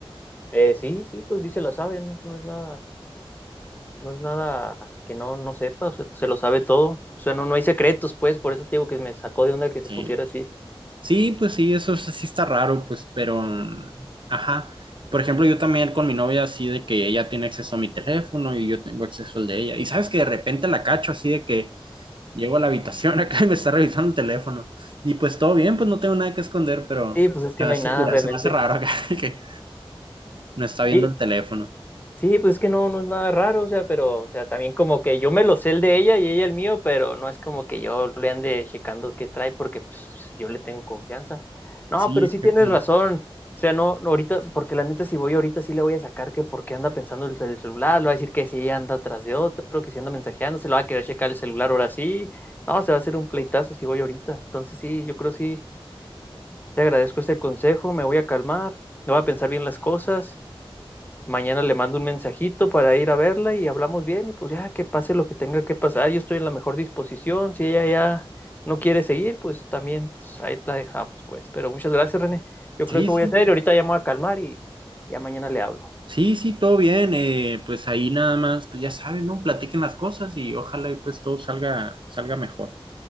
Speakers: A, on the left; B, on the right.
A: Eh, sí, sí, pues sí se la sabe, no, no es nada, no es nada que no, no sepa, o sea, se lo sabe todo. O sea, no, no hay secretos, pues, por eso te digo que me sacó de onda que
B: Sí,
A: se pusiera así.
B: sí pues sí, eso sí sí está raro, pues, pero, mm, ajá. Por ejemplo, yo también con mi novia así de que ella tiene acceso a mi teléfono y yo tengo acceso al de ella. Y sabes que de repente la cacho así de que Llego a la habitación acá y me está revisando el teléfono. Y pues todo bien, pues no tengo nada que esconder, pero
A: Sí, pues es que
B: se me
A: no
B: hace,
A: hay nada
B: cura-
A: realmente.
B: se me hace raro acá <laughs> que no está viendo
A: Y
B: el teléfono.
A: Sí, pues es que no, no es nada raro, o sea, pero, o sea, también como que yo me lo sé el de ella y ella el mío, pero no es como que yo le ande checando qué trae porque pues yo le tengo confianza. No,
B: Sí,
A: pero sí
B: fue
A: tienes
B: como-
A: razón. O sea, no, no ahorita, porque la neta, si voy ahorita sí le voy a sacar que porque anda pensando el cel- celular, le va a decir que sí anda atrás de otro, que sí anda mensajeando, se lo va a querer checar el celular ahora sí. No, se va a hacer un pleitazo si voy ahorita. Entonces sí, yo creo sí, te agradezco ese consejo, me voy a calmar, me voy a pensar bien las cosas Mañana le mando un mensajito para ir a verla y hablamos bien y pues ya que pase lo que tenga que pasar, yo estoy en la mejor disposición, si ella ya no quiere seguir, pues también pues, ahí la dejamos, pues. Pero muchas gracias, René. Yo
B: sí,
A: creo que eso
B: sí,
A: voy a hacer y ahorita ya me voy a calmar y ya mañana le hablo.
B: sí, sí, todo bien. eh, pues ahí nada más, pues ya saben, ¿no? Platiquen las cosas y ojalá y pues todo salga, salga mejor.